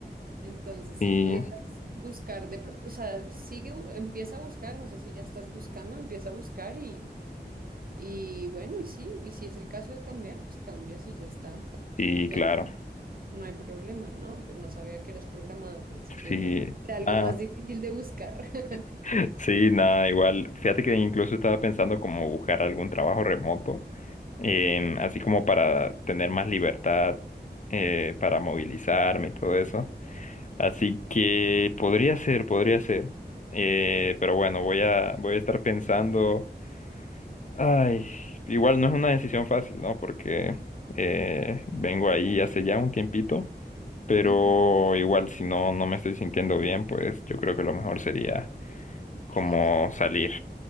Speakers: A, on the right; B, on the left.
A: Entonces,
B: Sí,
A: si pudieras buscar, de, pro- o sea, sigue, bu- empieza a buscar, no sé si ya estás buscando, empieza a buscar y, y bueno, y sí, y si es el caso de cambiar, pues cambias y ya está.
B: sí,
A: Ya
B: claro,
A: no, no hay problema, ¿no? Pues no sabía que eras programador, pensé que
B: sí,
A: era algo
B: ah,
A: más difícil de buscar. <laughs>
B: <laughs> sí, nada, igual, fíjate que incluso estaba pensando como buscar algún trabajo remoto, em, así como para tener más libertad, eh, para movilizarme y todo eso, así que podría ser, podría ser, Eh, pero bueno, voy a, voy a estar pensando Ay, igual no es una decisión fácil, ¿no? Porque eh, vengo ahí hace ya un tiempito, pero
A: Ujú.
B: igual si no, no me estoy sintiendo bien, pues yo creo que lo mejor sería como
A: Sí,
B: salir.